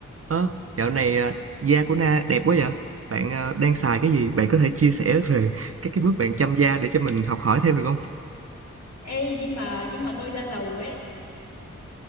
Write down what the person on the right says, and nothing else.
Ơ, dạo này, à, da của Na đẹp quá vậy? Bạn à, đang xài cái gì? Bạn có thể chia sẻ về các cái bước bạn chăm da để cho mình học hỏi thêm được không?